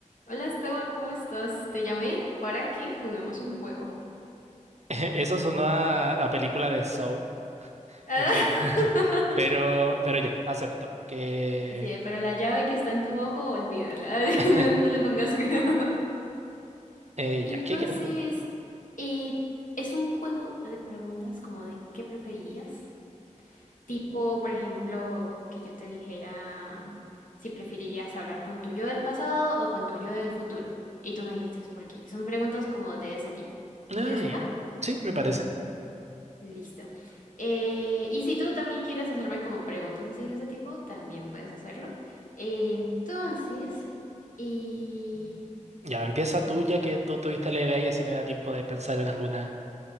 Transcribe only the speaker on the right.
<laughs> Eso sonó a, a película de Saw,
un poco.
<laughs> Pero, pero ya, acepto que...
<laughs>
eh,
ya, ¿qué quieres jugar?
Ah,
ya. Sí, me parece.
Ya, empieza tú, ya que tú tuviste la idea y así me da tiempo de pensar en alguna,